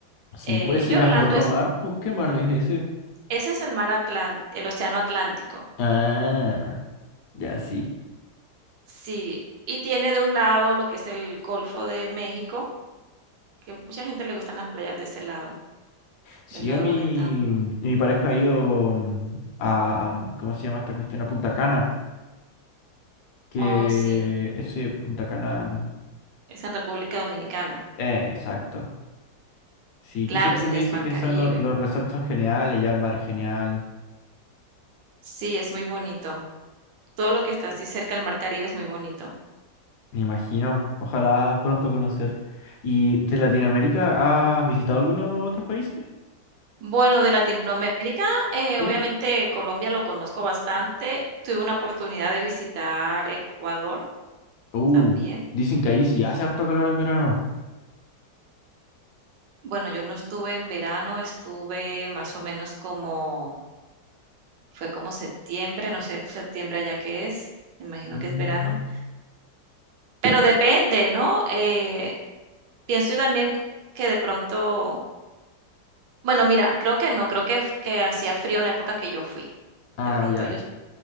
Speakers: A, on the left; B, on the right.
A: Sí,
B: Eh,
A: pues
B: y
A: ese
B: Orlando
A: ya es otro
B: es,
A: mar, pues, ¿qué mar es ese?
B: ese es el mar Atlántico, el océano Atlántico.
A: Ah, ya, sí.
B: Sí, y tiene de un lado lo que es el Golfo de México, que mucha gente le gustan las playas de ese lado,
A: Si
B: del
A: yo
B: lado
A: a mi,
B: de Tampa.
A: mi pareja ha ido mm, a, mm, ¿cómo se llama esta cuestión? A Punta Cana, que
B: Oh, sí,
A: ese Punta Cana, mm,
B: es en República Dominicana.
A: eh, exacto. Sí,
B: Claro,
A: que siempre
B: ese
A: me
B: ya
A: dice
B: es Mar
A: que
B: Caribe.
A: son los, los resorts son geniales, ya el mar es genial,
B: Sí, es muy bonito. todo lo que está así cerca del mar Caribe es muy bonito.
A: me imagino. Ojalá pronto conocer. ¿Y de Latinoamérica has visitado algunos otros países?
B: Bueno, de Latinoamérica, eh,
A: Sí.
B: obviamente Colombia lo conozco bastante. Tuve una oportunidad de visitar Ecuador
A: Uh,
B: también.
A: dicen que ahí sí hace harto calor en verano.
B: Bueno, yo no estuve en verano, estuve más o menos como, fue como septiembre, no sé, septiembre allá que es, me imagino
A: Mm,
B: que es verano, pero depende, ¿no? Eh, pienso yo también que de pronto, bueno, mira, creo que no, creo que, f- que hacía frío en la época que yo fui.
A: ah,
B: De pronto
A: ya.
B: ellos